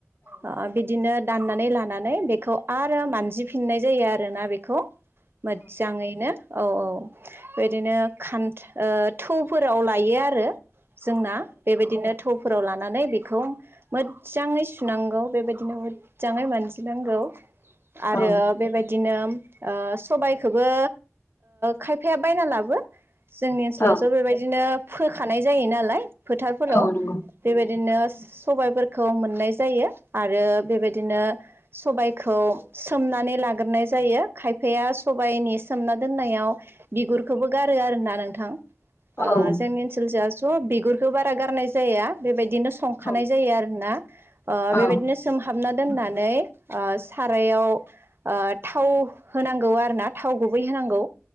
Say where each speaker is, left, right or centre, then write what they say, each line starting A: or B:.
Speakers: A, on the right; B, on the left.
A: आ बि बिदिनो दाननानै लानानै बेखौ आरो मानजिफिननाय जायो आरोना बेखौ। मोजाङैनो औ औ बेदिनो खान- थौफोराव लायो आरो। जोंना बेबायदिनो थौफोराव लानानै बेखौ मोजाङै सुनांगौ बेबायदिनो मोजाङै मानजिनांगौ। आरो
B: औ
A: बेबायदिनो सबायखोबो खायफाया बायना लाबो जोंनि ओनसोलावस'
B: औ
A: बेबायदिनो फोखानाय जायो नालाय। फोथारफोराव
B: औ नंगौ
A: बेबायदिनो सबायफोरखौ मोननाय जायो। आरो बेबायदिनो सबायखौ सोमनानै लाग्रोनाय जायो खायफाया सबायाइनि सोमना दोनायाव बिगुरखौबो गारो आरोोना नोंथां। ओ
B: उम
A: जोंनि ओनसोल ज स' बिगुरखो बारा गारनाय जाया बेबायदिनो संखानाय
B: उम औ
A: जायो आरोना। ओ बेबायदिनो
B: औ
A: सोमहाबना दोननानै ओ सारायाव ओ थाव होनांगौ आरो ना थाव गुबै होनांगौ